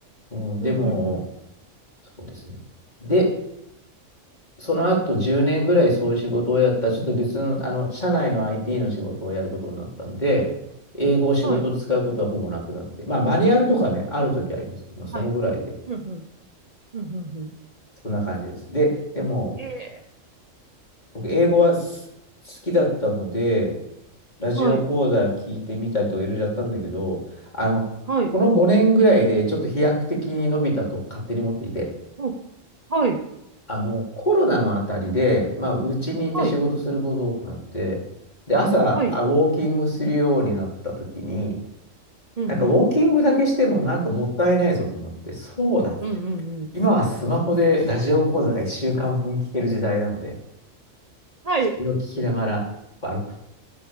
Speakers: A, on the left (about 35°); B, on the right (about 35°).
A: うん、
B: うんうんうん。
A: でも、そうですね。で、その後10年ぐらいそういう仕事をやったら、ちょっと別の、あの、社内の IT の仕事をやることになったんで、英語を仕事で使うことはほぼなくなって、
B: はい。
A: まあ、マニュアルとかね、ある時ありますけど、
B: うん
A: まあ、そのぐらいで、
B: はい。うんうん。うんうんうん。
A: そんな感じです。で、でも、
B: ええ
A: 僕、英語はす好きだったので、ラジオ講座聞いてみたりとかいろいろやったんだけど、
B: はい。
A: あの、
B: はい。
A: この5年ぐらいでちょっと飛躍的に伸びたと勝手に思っていて、
B: ほうはい。
A: あの、コロナのあたりで、まあ、うちにいて仕事することが多くなって、
B: はい。
A: で、朝、
B: はい。
A: あウォーキングするようになった時に、
B: うんうん
A: なんかウォーキングだけしてもなんかもったいないぞと思って、そうだって。
B: ええはいはいほはいはいはいうんうんうん。
A: 今はスマホでラジオ講座が1週間分聞ける時代なので、
B: はい。
A: それを聞きながら歩く。